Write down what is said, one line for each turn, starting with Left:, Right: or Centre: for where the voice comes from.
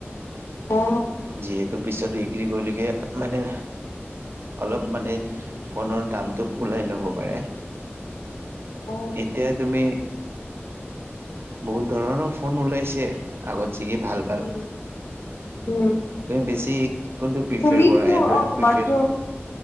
Left: অ
Right: যিহেতু পিছত বিক্ৰী কৰিলগে মানে, অলপ মানে ফনৰ দামতো উলাই লব পাৰে,
Left: অ
Right: এতিয়া তুমি বহুত ধৰণৰ ফোন ওলাইছে। আগত ছেকি ভাল, ভাল।
Left: উম উম
Right: তুমি বেছি কোনটো প্ৰিফাৰ
Left: তুমি
Right: কৰা,
Left: কি হ'ল?
Right: এডই
Left: অ তোমাৰতো
Right: প্ৰিফাৰ?